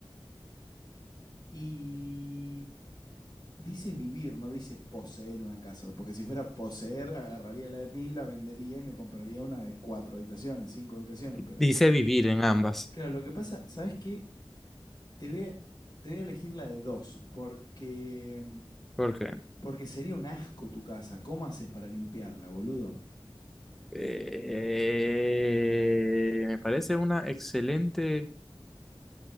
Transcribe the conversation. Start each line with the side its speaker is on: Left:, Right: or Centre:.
Left: Y dice vivir, no dice poseer una casa, porque si fuera poseer, agarraría la de mil, la vendería y me compraría una de cuatro habitaciones, cinco habitaciones, pero
Centre: Dice vivir en ambas.
Left: claro, lo que pasa, ¿sabes qué? Te voy a, te voy a elegir la de dos, porque,
Centre: ¿Por qué?
Left: porque sería un asco tu casa. ¿Cómo haces para limpiarla, boludo?
Centre: Eh, me parece una excelente,